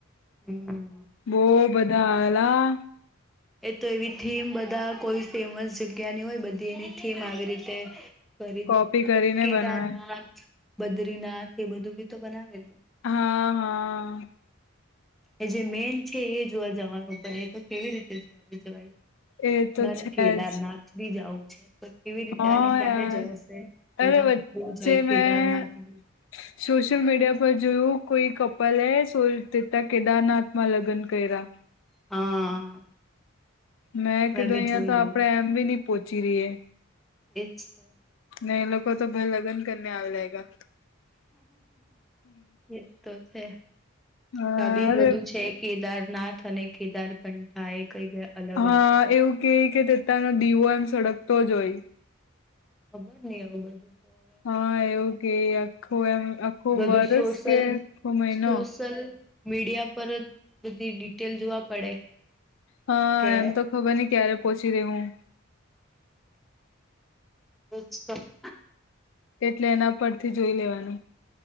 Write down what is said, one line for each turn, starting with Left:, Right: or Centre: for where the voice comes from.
Centre: હમ.
Left: બો બધા આવેલા
Centre: એ તો એવી થીમ બધા કોઈ ફેમસ જગ્યાની હોય બધી એની થીમ આવી રીતે કરી
Left: કોપી કરીને
Centre: કેદારનાથ,
Left: બનાવે
Centre: બદ્રીનાથ એ બધું બી તો બનાવેલું
Left: હા હા.
Centre: એ જે મેન છે, એ જોવા જવાનું <unintelligible> તો કેવી રીતે જોવાઈ જવાય
Left: એ તો
Centre: મારે
Left: છે
Centre: કેદારનાથ
Left: જ
Centre: બી જાવું છે. પર કેવી રીતે
Left: હા
Centre: અને ક્યારે
Left: યાર
Centre: જવાશે બધા
Left: અરે વચ્ચે
Centre: બો જાય
Left: મેં
Centre: કેદારનાથની
Left: સોશિયલ મીડિયા પર જોયું કોઈ કપલ એ સોલ તેતા કેદારનાથમાં લગ્ન કર્યા
Centre: હા.
Left: મેં કીધું
Centre: બી
Left: અહિયા
Centre: જોઈ
Left: તો આપડે
Centre: લઉં.
Left: એમ ભી ની પોહોંચી રીએ
Centre: એજ તો
Left: ને એ લોકો તો ભાય લગ્ન કરને આવી લાયગા
Centre: એજ તો છે,
Left: અરે
Centre: તા બી બધું છે. કેદારનાથ અને કેદારકંઠા એ કઈ બે અલગ
Left: હા
Centre: અલગ છે
Left: એવું કેય કે તેતાનો ડીવો એમ સડક તો જ હોય
Centre: ખબર ની આવું બધું તો હવે
Left: હા એવું કે આખો એમ આખું
Centre: બધું
Left: વર્ષ
Centre: સોશયલ
Left: કે આખો મહિનો
Centre: સોશયલ મીડિયા પર બધી ડિટેલ જોવા પડે
Left: હા
Centre: કે
Left: એમ તો ખબર નઈ ક્યારે પહોંચી રે હું
Centre: <unintelligible>
Left: એટલે એના પરથી જોઈ લેવાનું